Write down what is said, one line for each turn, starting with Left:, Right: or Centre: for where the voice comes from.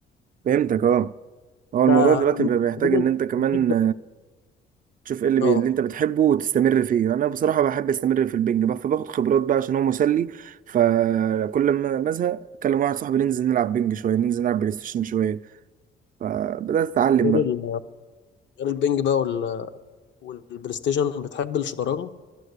Right: فهمتك أه هو
Left: انت
Right: الموضوع دلوقتي بقى بيحتاج
Left: عموما
Right: إن أنت كمان
Left: بتحب
Right: تشوف ايه اللي, بي...
Left: اه
Right: اللي انت بتحبه وتستمر فيه انا بصراحه بحب استمر في البنج بقى فباخد خبرات بقى عشان هو مسلي فكل ما بزهق اكلم واحد صاحبي ننزل نلعب بنج شويه ننزل نلعب بلاي ستيشن شويه فبدات اتعلم
Left: غير
Right: بقى
Left: ال- غير البنج بقى وال- والبلاي ستيشن بتحب الشطرنج؟